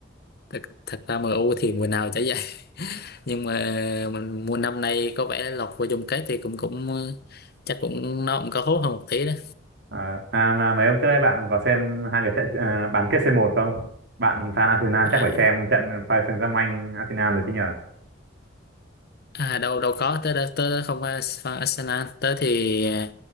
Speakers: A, on the left (about 55°); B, on the right (about 65°).
A: thật thật ra MU thì mùa nào chả vậy <laughs> nhưng mà mình mùa năm nay có vẻ lọt vô chung kết thì cũng cũng ờ, chắc cũng nó cũng có hốt hơn một tí đó
B: à, à mà mấy hôm trước ấy bạn có xem hai cái trận à, bán kết C1 không bạn fan Arsenal
A: à,
B: chắc phải xem trận Paris Saint-Germain Arsenal rồi chứ nhở
A: à đâu đâu có tớ tớ, tớ không phải fan Arsenal tớ thì ờ,